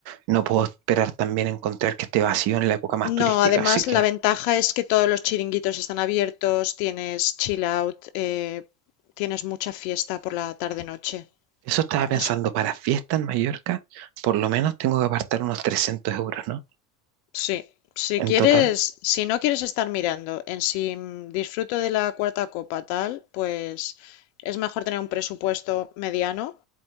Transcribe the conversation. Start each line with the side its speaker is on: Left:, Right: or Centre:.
Right: no puedo esperar también encontrar que esté vacío en la época más turística,
Left: no, además
Right: así que...
Left: la ventaja es que todos los chiringuitos están abiertos, tienes chill out, eh, tienes mucha fiesta por la tarde-noche.
Right: Eso estaba pensando,
Left: Eso-
Right: para fiesta en Mallorca, por lo menos tengo que apartar unos 300 euros, ¿no?
Left: Sí, si
Right: En
Left: quieres,
Right: total,
Left: si no quieres estar mirando en si mm, disfruto de la cuarta copa tal, pues es mejor tener un presupuesto mediano